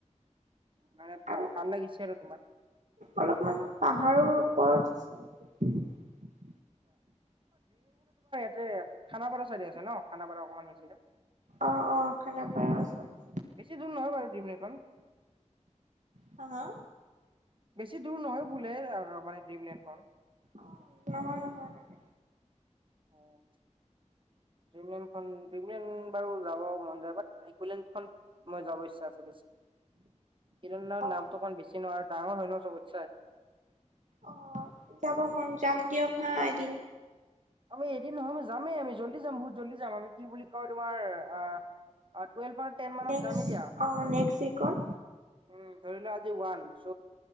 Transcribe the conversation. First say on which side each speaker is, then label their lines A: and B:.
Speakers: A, on the right; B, on the right.
A: মানে ভা-ভাল
B: আৰু
A: লাগিছে আৰু তোমাৰ?
B: অলপমান পাহাৰৰ ওপৰত আছে <unintelligible>
A: যে খানাপাৰ চাইডে আছে ন' খানাপাৰা অকমান সে ফালে
B: অ', অ', খানাাপায়ৰ ওচৰততে।
A: বেছি দূৰ নহয় বাৰু। <unintelligible>
B: হা হা?
A: বেছি দূৰ নহয় বোলে <unintelligible> মানে ড্ৰিমলেণ্ডখন
B: অ', নহয়, নহয়। তাকে
A: অ', <unintelligible> বাৰু যাব মন যায়, বাত একোলেণ্ডখন মই যাব ইচ্ছা আছে, কিন্তু না-নামটো
B: অ',
A: অকমান বেছি <unintelligible> ডাঙৰ হয় নহ, চবৎচায়
B: অ' যাব মন, যাম দিয়ক হা এদিন।
A: আমি এদিন নহয় আমি যামেই আমি জল্দি যাম বহুত জল্দি যাম আমি কি বুলি কয় তোমাৰ আহ আৰু টুৱেলভ বা টেন মানত
B: নেক্স
A: যামে দিয়া
B: অ', নেক্স উইকত
A: উম। ধৰি লোৱা আজি ওৱান চ